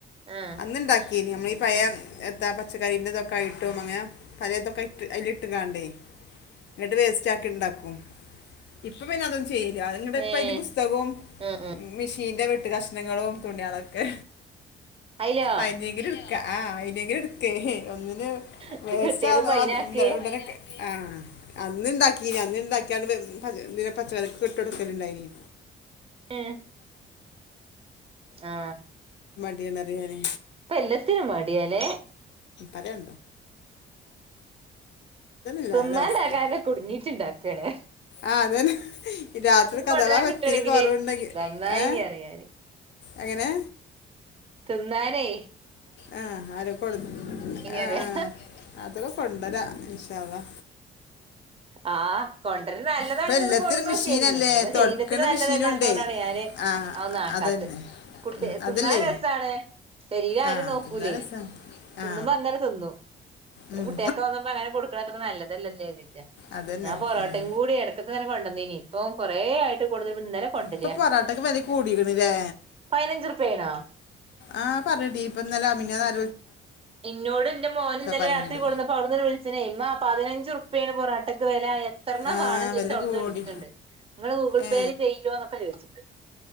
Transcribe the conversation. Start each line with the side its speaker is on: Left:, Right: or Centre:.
Right: ആഹ്
Left: അന്ന്ണ്ടാക്കീനി നമ്മളീ ഏ എത്താ പച്ചക്കറിൻ്റെതൊക്കെയിട്ടും അങ്ങനെ പലേതൊക്കെ അയില്ട്ട്കാണ്ടേ ങ്ങട്ട് വേസ്റ്റാക്കിണ്ടാക്കും ഇപ്പൊ പിന്നെ അതൊന്നു ചെയ്യ ല്ല അത്ങ്ങട്ട്
Right: ഏഹ്
Left: പ്പംഅയി ല് പുസ്തകുംമീഷീന്റെ
Right: ആഹ് ആഹ്
Left: വെ ട്ട് കഷ്ണങ്ങളും തുണിയാളൊക്കെ
Right: അയിലോ
Left: അയിനെങ്കിലുട്ക്ക ആ അയിനെങ്കി ട്‌ക്കേഒന്നിനും
Right: ഇജ്ജ്
Left: വേസ്റ്റാ
Right: കിട്ടിയതിപ്പോ അയിനാക്ക്
Left: ആ ഉടനൊക്കെ അന്ന്ണ്ടാക്കീനി അന്ന്ണ്ടാക്കിയാണ്ട് ഇതിന് പച്ചക്കറിക്ക് ഇ ട്ടൊടുക്കല്ണ്ടായിനി
Right: ഏ ആ
Left: ന്തെന്നറിയാന്
Right: ഇപ്പല്ലത്തിനും മടിയാലേ
Left: അതെ <unintelligible> എല്ലാവരുടെ
Right: തിന്നാണ്ടാകാന്
Left: അവസ്ഥയും
Right: കുടുങ്ങീട്ട്ണ്ടാക്കാലേ
Left: ആ അതന്നെ രാത്രിക്കെ
Right: കൊണ്ടുവരാൻ
Left: അഥവാ
Right: കിട്ടുകയാണെങ്കില്
Left: ഇത്തിരി കൊറവ്ണ്ടങ്കി
Right: നന്നായിനി
Left: ഏ
Right: അറിയാന്
Left: എങ്ങനെ
Right: ന്നാലെ
Left: ആ ആര കൊട് ആ
Right: അറിയാ
Left: അതൊക്കെ കൊണ്ടരാ ഇന്ശാ അള്ള.
Right: ആഹ് ആ കൊണ്ടര്ണ നല്ലതാണങ്കി
Left: ഇപ്പൊ എല്ലാത്തിനും
Right: ഒന്ന് കൊട്ന്നോക്കെനി
Left: മെഷീനല്ലേ
Right: നമ്മുടെ
Left: തുടക്കണ
Right: ശരീരത്തിന് നല്ലതല്ലാതോണ്ടാണ്
Left: മെഷീനുണ്ടേ
Right: ഞാ ന്
Left: ആ
Right: അതൊന്നു ആകാതെ
Left: അതന്നെ
Right: കു
Left: ഉം, അതല്ലേ
Right: തിന്നാൻ രസാണ് പെരി ആരും
Left: ആ
Right: നോക്കൂലേയ്
Left: തിന്നാ രസാ
Right: തിന്നുമ്പോ
Left: ആ
Right: അങ്ങനെ തിന്നും പിന്നെ
Left: ഉം.
Right: കുട്ടിയൊക്കെ കെ പ്പം അങ്ങനെ കൊട്ക്ക്ണത്ര നല്ലതല്ലല്ലേര്തി
Left: അതന്നെ
Right: ഞാൻ പൊറാട്ടെ
Left: ഉം.
Right: കൂടി എടക്കൊക്കെങ്ങനെ കൊണ്ടന്നീനി. ഇപ്പം കൊറെ ആയിട്ട് കൂടുതൽ ഇന്നലെ കൊണ്ട
Left: ഇപ്പൊ
Right: രാ
Left: പൊറാട്ടക്ക് വില കൂടിക്കണില്ലേ
Right: പതിനഞ്ചുർപ്യായി ണോ
Left: ആ പറഞ്ഞേട്ടീനി ഇപ്പ ഇന്നലെ മിന്നാന്ന് ആ
Right: ഇന്നോട് ന്റെ മോൻ ഇന്നലെ
Left: പറയുന്നുണ്ട്
Right: രാത്രി കൊട്ന്നപ്പം അവിടുന്ന് ട്ട്‌ വിളിച്ച് ണ് ഇമ്മാ പതിനഞ്ച് ർ പ്യാണ് പൊറാട്ടക്ക് വെലാ എത്തറ്ണ്ണം
Left: ആ
Right: വാണ്ണം ചോയിച്ച്
Left: വില
Right: ഔട്ന്ന്
Left: കൂടി
Right: വിളിക്ക്ണ്ട് ഇങ്ങള് ഗൂഗിൾ
Left: ഏ
Right: പേയില് ചെ യ്യോ ന്നൊക്കെ ചോയിച്ചിട്ട്.